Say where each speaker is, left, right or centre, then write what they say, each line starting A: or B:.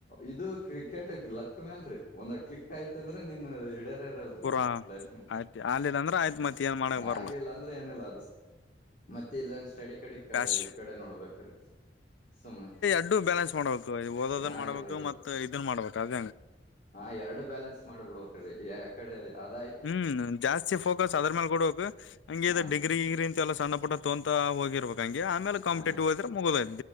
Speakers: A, on the left; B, on the left.
A: ಇದು ಕ್ರಿಕೆಟ್ಗ್ ಲಕ್ ಮ್ಯಲ್ರಿೀ ಒಂದ್ ಕ್ಲಿಕ್ ಆಯ್ತಂದ್ರೆ ನಿನ್ ಅದು ಇಡೀ ಇರಲ್ರಿ
B: ಪೂರಾ
A: ಇ ಲೈಫ್
B: ಆಯ್ತು ಆಗ್ಲಿಲ್ಲ ಅಂದ್ರೆ ಆಯ್ತು ಮತ್ ಏನ್ ಮಾಡಕ್ ಬರಲ್ಲ
A: ಹಾಗೆಲ್ಲ ಅಂದ್ರೆ ಏನಿಲ್ಲ ಮತ್ತೆ ಇಲ್ಲಂದ ಸ್ಟಡಿ ಕಡೆ
B: ಪ್ಯಾಶ್
A: ಈ ಕಡೆ ನೋಡ್ಬೇಕ್ರೀ ಸುಮ್ನೆ
B: ಎರಡು ಬ್ಯಾಲೆನ್ಸ್ ಮಾಡ್ಬೇಕು ಓದೋದನ್
A: ಆ
B: ಮಾಡ್ಬೇಕು
A: ಎರಡು
B: ಮತ್ ಇದನ್ ಮಾಡ್ಬೇಕು ಅದಂಗಗೆ
A: ಹಾ ಎರಡು ಬ್ಯಾಲೆನ್ಸ್ ಮಾಡ್ಬಿಡ್ಬೇಕ್ರೀ ಯಕಡೆ ಅದೇ
B: ಹ್ಮ್ ಜಾಸ್ತಿ ಫೋಕಸ್ ಅದ್ರ ಮೇಲೆ ಕಡಬೇಕಕ್ ಹಂಗ
A: ಹಾ
B: ಡಿಗ್ರಿ ಗ್ರಿ ಅಂತ ಎಲ್ಲ ಸಣ್ಣ ಪುಟ್ಟ ತೋಂತ ಹೋಗಿಬೇಕ ಹಂ ಆಲೆ ಕಂಪಿಟಿವ್ಗದ
A: ಹಾ